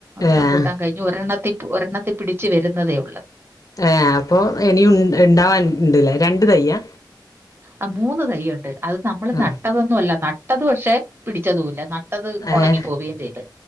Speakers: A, on the left; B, on the right.
A: ഏഹ്
B: റംപൂട്ടാൻ കഴിഞ്ഞു ഒരെണ്ണത്തി ഒരെണ്ണത്തി പിടിച്ച് വരുന്നതേ ഒള്ളൂ
A: ഏഹ് അപ്പൊ ഇനിയും ഇണ്ടാവാൻ ഇണ്ട്ലെ രണ്ട് തെയ്യാ
B: ആഹ് മൂന്ന് തൈയ്യുണ്ട് അത് നമ്മള്
A: ആഹ്
B: നട്ടതൊന്നല്ല ന നട്ടത് പക്ഷെ പിടിച്ചതൂല്ല നട്ടത് ഒണങ്ങിപ്പോവേം
A: ഏഹ്
B: ചെയ്ത്